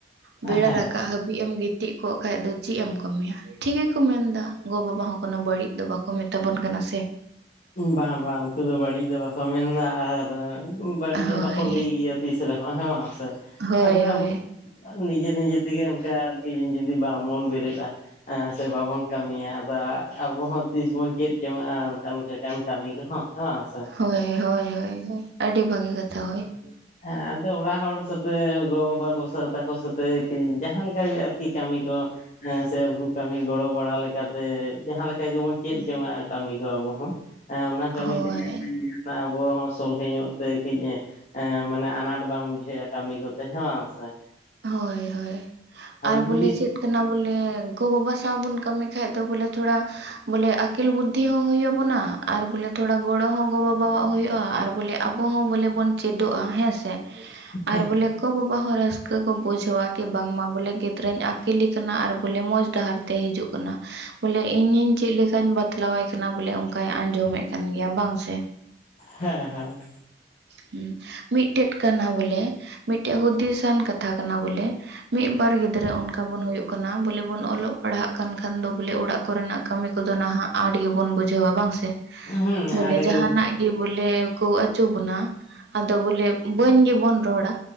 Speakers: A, on the right (about 65°); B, on the left (about 45°).
A: ᱵᱮᱲᱟ
B: ᱦᱮᱸ
A: ᱨᱟᱠᱟᱵ ᱦᱟᱹᱵᱤᱡ ᱮᱢ ᱜᱤᱛᱤᱡ ᱠᱚᱜ ᱠᱷᱟᱱ ᱫᱚ ᱪᱮᱫ ᱮᱢ ᱠᱟᱹᱢᱤᱭᱟ ᱴᱷᱤᱠ ᱜᱮᱠᱚ ᱢᱮᱱᱫᱟ᱾ ᱜᱚ ᱵᱟᱵᱟ ᱦᱚᱸ ᱠᱳᱱᱚ ᱵᱟᱹᱲᱤᱡ ᱫᱚ ᱵᱟᱠᱚ ᱢᱮᱛᱟ ᱵᱚᱱ ᱠᱟᱱᱟ ᱥᱮ ᱾
B: ᱵᱟᱝ ᱵᱟᱝ ᱩᱱᱠᱩ ᱫᱚ ᱵᱟᱹᱲᱤᱡ ᱫᱚ ᱵᱟᱠᱚ ᱢᱮᱱᱫᱟ, ᱟᱨ ᱵᱟᱹᱲᱤᱡ
A: ᱦᱳᱭ
B: ᱫᱚ ᱵᱟᱠᱚ ᱞᱟᱹᱭ ᱜᱮᱭᱟ ᱛᱤᱥ ᱨᱮᱦᱚᱸ ᱦᱮᱸ ᱥᱮ
A: ᱦᱳᱭ
B: ᱟᱫᱚ ᱟᱵ
A: ᱦᱳᱭ
B: ᱱᱤᱡᱮ ᱱᱤᱡᱮ ᱛᱮᱜᱮ ᱚᱱᱠᱟ ᱟᱨᱠᱤ ᱡᱩᱫᱤ ᱵᱟ ᱵᱚᱱ ᱵᱮᱨᱮᱫᱼᱟ ᱥᱮ ᱵᱟᱵᱚᱱ ᱠᱟᱹᱢᱤᱭᱟ ᱟᱫᱚ ᱟᱵᱚᱦᱚᱸ ᱛᱤᱥ ᱵᱚᱱ ᱪᱮᱫ ᱡᱚᱝᱱᱟᱜᱼᱟ ᱚᱱᱠᱟᱱ ᱞᱮᱠᱟᱱ ᱠᱟᱹᱢᱤ ᱠᱚᱦᱚᱸ ᱦᱮ ᱵᱟᱝ ᱥᱮ ᱾
A: ᱦᱳᱭ ᱦᱳᱭ ᱦᱳᱭᱳᱭ ᱟᱹᱰᱤ ᱵᱷᱟᱹᱜᱤ ᱠᱟᱛᱷᱟ ᱦᱳᱭ ᱾
B: ᱦᱮᱸ ᱮᱱᱛᱮ ᱚᱲᱟᱜ ᱦᱚᱲ ᱥᱟᱛᱮ ᱜᱚᱼᱵᱟᱵᱟ ᱠᱚ ᱥᱟᱶᱛᱟᱟᱠᱚ ᱥᱟᱛᱮ ᱡᱟᱦᱟᱸᱠ ᱜᱮ ᱠᱤ ᱠᱟᱢᱤ ᱠᱚ ᱦᱮᱸ ᱥᱮ ᱩᱱᱠᱩ ᱠᱟᱹᱢᱤ ᱜᱚᱲᱚ ᱵᱟᱲᱟ ᱞᱮᱠᱟᱛᱮ ᱡᱟᱦᱟᱸ ᱞᱮᱠᱟ ᱜᱮᱵᱚᱱ ᱪᱮᱫ ᱡᱚᱝᱱᱟᱜᱼᱟ ᱠᱟᱹᱢᱤ ᱠᱚ ᱟᱵᱚ ᱦᱚᱸ ᱾ ᱮᱸ ᱚᱱᱟ ᱠᱟᱹᱢᱤ
A: ᱦᱳᱭ
B: ᱛᱮᱜᱮ ᱡᱟᱦᱱᱟᱜ ᱟᱵᱚ ᱦᱚᱸ ᱥᱚᱞᱦᱮ ᱧᱚᱜ ᱛᱮ ᱠᱟᱹᱡ ᱮ ᱢᱟᱱᱮ ᱟᱱᱟᱴ ᱵᱟᱝ ᱵᱩᱡᱷᱟᱹᱜᱼᱟ ᱠᱟᱹᱢᱤ ᱠᱚᱛᱮ ᱦᱮ ᱵᱟᱝ ᱥᱮ ᱾
A: ᱦᱳᱭ ᱦᱳᱭ ᱟᱨ
B: ᱡᱩᱫᱤ
A: ᱵᱚᱞᱮ ᱪᱮᱫ ᱠᱟᱱᱟ ᱵᱚᱞᱮ ᱜᱚ ᱵᱟᱵᱟ ᱥᱟᱶ ᱵᱚᱱ ᱠᱟᱹᱢᱤ ᱠᱷᱟᱡ ᱫᱚ ᱵᱚᱞᱮ ᱛᱷᱚᱲᱟ ᱵᱚᱞᱮ ᱟᱹᱠᱤᱞ ᱵᱩᱫᱽᱫᱷᱤ ᱦᱚᱸ ᱦᱩᱭᱩᱜ ᱟᱵᱚᱱᱟ ᱟᱨ ᱵᱞᱮ ᱛᱷᱚᱲᱟ ᱜᱚᱲᱚ ᱦᱚᱸ ᱜᱚᱼ ᱵᱟᱵᱟᱣᱟᱜ ᱦᱩᱭᱩᱜᱼᱟ, ᱟᱨ ᱵᱚᱞᱮ ᱟᱵᱚ ᱦᱚᱸ ᱵᱚᱞᱮ ᱵᱚᱱ ᱪᱮᱫᱚᱜᱼᱟ ᱦᱮᱸ ᱥᱮ ᱾
B: ᱦᱮᱸ
A: ᱟᱨ ᱵᱚᱞᱮ ᱜᱚᱼᱵᱟᱵᱟ ᱦᱚᱸ ᱨᱟᱹᱥᱠᱟᱹ ᱠᱚ ᱵᱩᱡᱷᱟᱹᱣᱟ ᱠᱤ ᱵᱟᱝᱢᱟ ᱵᱚᱞᱮ ᱜᱤᱫᱽᱨᱟᱹᱧ ᱠᱤᱞ ᱠᱟᱱᱟ ᱟᱨᱚᱞᱮ ᱢᱚᱸᱡᱽ ᱰᱟᱦᱟᱨ ᱛᱮ ᱦᱤᱡᱩᱜ ᱠᱟᱱᱟ ᱵᱚᱞᱮ ᱤᱧᱤᱧ ᱪᱮᱫ ᱞᱮᱠᱟᱧ ᱵᱟᱛᱞᱟᱣᱟᱭ ᱠᱟᱱᱟ ᱵᱚᱞᱮ ᱚᱱᱠᱟᱭ ᱟᱸᱡᱚᱢᱮᱫ ᱠᱟᱱ ᱜᱮᱭᱟ ᱵᱟᱝ ᱥᱮ ᱾
B: ᱦᱮᱸ ᱦᱮᱸ ᱾
A: ᱦᱩᱸ ᱢᱤᱫᱴᱮᱡ ᱠᱟᱱᱟ ᱵᱚᱞᱮ ᱢᱤᱫᱴᱮᱱ ᱦᱩᱫᱤᱥᱟᱱ ᱠᱟᱛᱷᱟ ᱠᱟᱱᱟ ᱵᱚᱞᱮ, ᱢᱤᱫ ᱵᱟᱨ ᱜᱤᱫᱽᱨᱟᱹ ᱚᱱᱠᱟ ᱵᱚᱱᱳ ᱠᱟᱱᱟ ᱵᱚᱞᱮ ᱵᱚᱱ ᱚᱞᱚᱜ ᱯᱟᱲᱦᱟᱜ ᱠᱟᱱ ᱠᱷᱟᱱ ᱫᱚ ᱵᱚᱞᱮ ᱚᱲᱟᱜ ᱠᱚᱨᱮᱱᱟᱜ ᱠᱟᱹᱢᱤ ᱠᱚᱫᱚ ᱱᱟᱦᱟᱜ ᱟᱸᱴ ᱜᱮᱵᱚᱱ ᱵᱩᱡᱷᱟᱹᱣᱟ ᱵᱟᱝ ᱥᱮ
B: ᱦᱩᱸ
A: ᱵᱚᱞᱮ
B: ᱟᱸᱰᱮ ᱜᱮ
A: ᱡᱟᱦᱟᱱᱟᱜ
B: ᱦᱩᱸ
A: ᱮ ᱵᱚᱞᱮ ᱠᱚ ᱟᱹᱪᱩ ᱵᱚᱱᱟ ᱟᱫᱚ ᱵᱚᱞᱮ ᱵᱟᱹᱧ ᱜᱮᱵᱚᱱ ᱨᱚᱲᱟ,